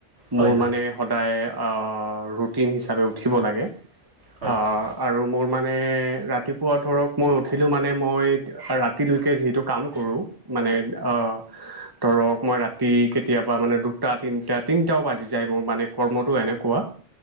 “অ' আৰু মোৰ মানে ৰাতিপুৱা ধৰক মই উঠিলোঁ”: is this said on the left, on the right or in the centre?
Right